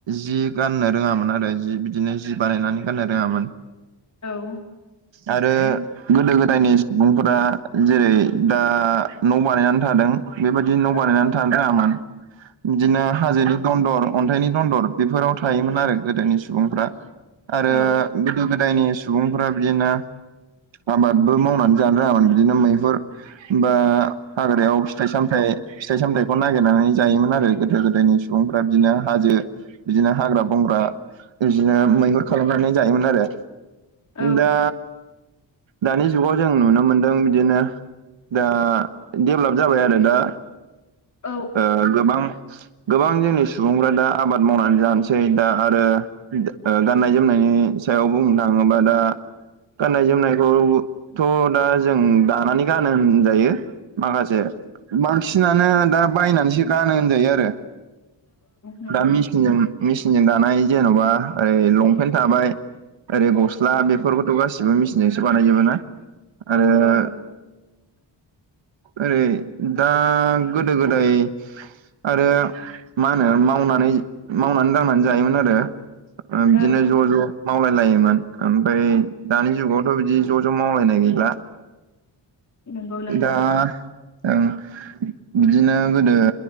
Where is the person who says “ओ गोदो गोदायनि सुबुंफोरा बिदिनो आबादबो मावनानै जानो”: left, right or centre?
Right